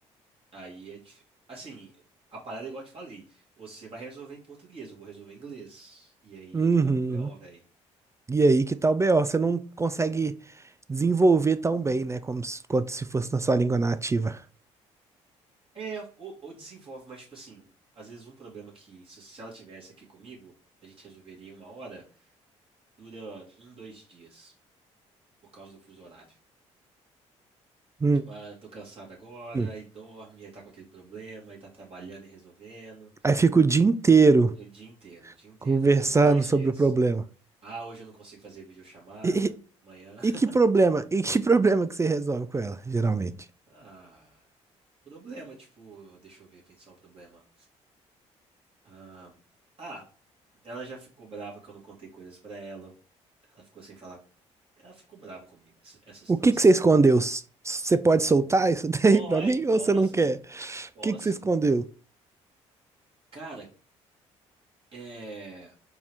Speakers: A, on the right; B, on the right.
A: aí é dif- assim, a parada é igual eu te falei, você vai resolver em português, eu vou resolver em inglês. E aí
B: Uhum.
A: é que tá o BO, velho.
B: E aí que tá o BO, você não consegue desenvolver tão bem, né? Como se, quanto se fosse na sua língua nativa.
A: É, ou, ou desenvolve, mas tipo assim, às vezes um problema que se, se ela tivesse aqui comigo, a gente resolveria em uma hora, dura um, dois dias, por causa do fuso horário.
B: Hum,
A: Tipo, ah, eu tô cansado agora,
B: hum.
A: aí dorme, aí tá com aquele problema, aí tá trabalhando e resolvendo.
B: Aí fica o dia inteiro
A: O dia inteiro, o dia inteiro.
B: conversando
A: Às vezes dois
B: sobre
A: dias.
B: o problema.
A: Ah, hoje eu não consigo fazer videochamada.
B: E,
A: Amanhã. <laughs>
B: e que problema? E que <laughs> problema que você resolve com ela, geralmente?
A: Ah, problema, tipo, deixa eu ver, pensar um problema. Ah, ah, ela já ficou brava que eu não contei coisas pra ela. Ela ficou sem falar. Ela ficou brava comigo, essa essa situação.
B: O que que você escondeu? S- Você pode soltar isso daí
A: Pode,
B: pra mim
A: posso,
B: ou você não quer?
A: posso.
B: O que que você escondeu?
A: Cara, é.